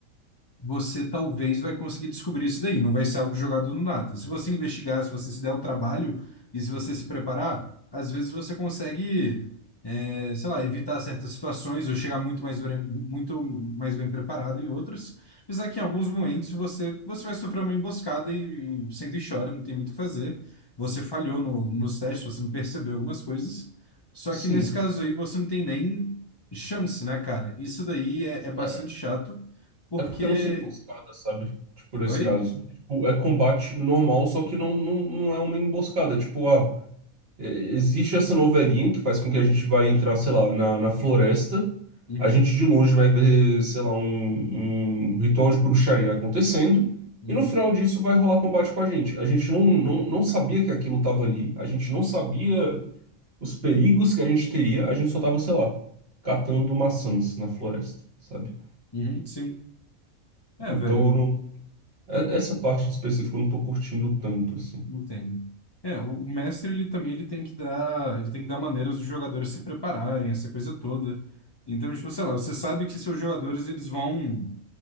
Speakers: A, on the left (about 40°); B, on the right (about 45°).
A: você talvez vai conseguir descobrir isso daí. Não vai ser algo jogado no nada. Se você investigar, se você se der o trabalho e se você se preparar, às vezes você consegue, eh, sei lá, evitar certas situações ou chegar muito mais, bre- muito mais bem preparado em outras. Apesar que em alguns momentos você, você vai sofrer uma emboscada e, e senta e chora, não tem muito o que fazer. Você falhou no, nos testes, você não percebeu algumas coisas. Só
B: Assim,
A: que nesse caso aí você não tem nem chance, né, cara? Isso daí é é bastante
B: é,
A: chato porque
B: é porque eu não sou emboscada, sabe? Tipo, nesse
A: Oi?
B: caso. É, tipo, é combate normal, só que não, não, não é uma emboscada. É tipo, ah. É, Existe essa novelinha que faz com que a gente vai entrar, sei lá, na, na floresta.
A: Uhum,
B: A gente de longe vai ver, sei lá, um, um ritual de bruxaria acontecendo.
A: uhum,
B: E no final disso vai rolar combate com a gente. A gente não, não, não sabia que aquilo tava ali. A gente não sabia os perigos que a gente teria. A gente só tava, sei lá, catando maçãs na floresta, sabe?
A: uhum, sim. É,
B: Então
A: velho,
B: eu não.
A: eu-
B: e- Essa parte em específico eu não tô curtindo tanto, assim.
A: eu entendo. É, o o mestre ele também ele tem que dar, ele tem que dar maneiras dos jogadores se prepararem, essa coisa toda. Então, tipo, sei lá, você sabe que seus jogadores eles vão